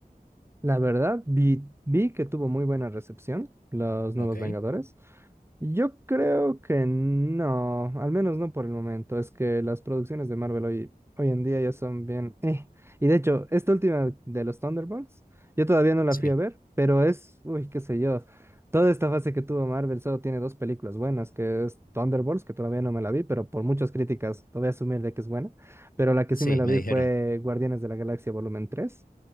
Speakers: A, on the right; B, on the left.
A: La verdad, vi, vi que tuvo muy buena recepción los nuevos
B: Ok.
A: Vengadores. Yo creo que no, al menos no por el momento. Es que las producciones de Marvel hoy, hoy en día ya son bien... eh. Y de hecho, esta última de los Thunderbolts, yo todavía no la
B: Sí.
A: fui a ver, pero es, uy, qué sé yo. Toda esta fase que tuvo Marvel solo tiene dos películas buenas, que es Thunderbolts, que todavía no me la vi, pero por muchas críticas lo voy a asumir de que es buena. Pero la que
B: Sí,
A: sí me la
B: me
A: vi
B: dijeron.
A: fue Guardianes de la Galaxia Volumen tres